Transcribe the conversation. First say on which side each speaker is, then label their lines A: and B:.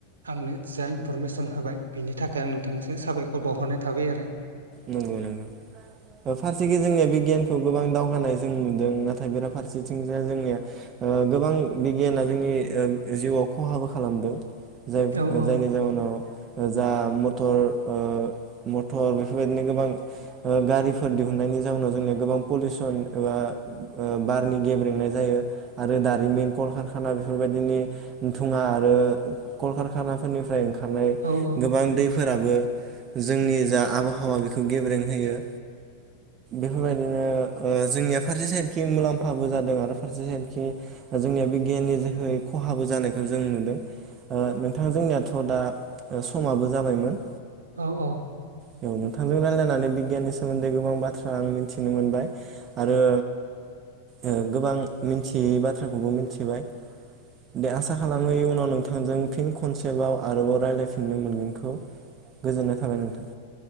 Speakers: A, on the right; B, on the right.
A: आंनो जा इनफरमेसन होबाय। बेनि थाखाय नोंथांनिसो साबायखर बावहरनाय थाबाय आरो।
B: नंगौ नंगौ ओ फारसेखै जोंनिया बिगियानखौ गोबां दावगानाय जों नुदों नाथाय बेराफारसेथिं जाय जोंनिया ओ गोबां बिगियाना जोंनि जिउआव खहाबो खालामदों जाय-जायनि
A: औ औ
B: जाहोनाव जा मटर ओ मटर बेफोरबायदिनो गोबां ओ गारिफोर दिहुननायनि जाउनाव जोंनिया गोबां पलिउसन एबा ओ बारनि गेब्रेंनाय जायो आरो दारिमिन कलकारखाना बेफोरबायदिनि थुङा आरो कलकारखानाफोरनिफ्राय ओं खारनाय
A: औ औ
B: गोबां दैफोराबो जोंनि जा आबहावा बेखौ गेब्रें होयो। एफोरबायदिनो ओ जोंनिया फारसे साइडखि मुलाम्फाबो जादों आरो फारसे साइडखि जोंनिया बिगियाननि जोहै खहाबो जानायखौ जों नुदों। ओ नोंथां जोंनियाथ' दा समाबो जाबायमोन।
A: औ औ
B: औ नोंथांजों रायलायनानै बिगियाननि सोमोन्दै गोबां बाथ्रा आं मिथिनो मोनबाय आरो ओ गोबां मिनथियै बाथ्राखौबो मिनथिबाय। दे आसा खालामो इयुनाव नोंथांजों फिन कनसेबा आरोबाव रायलायफिननो मोनगोनखौ। गोजोननाय थाबाय नोंथां।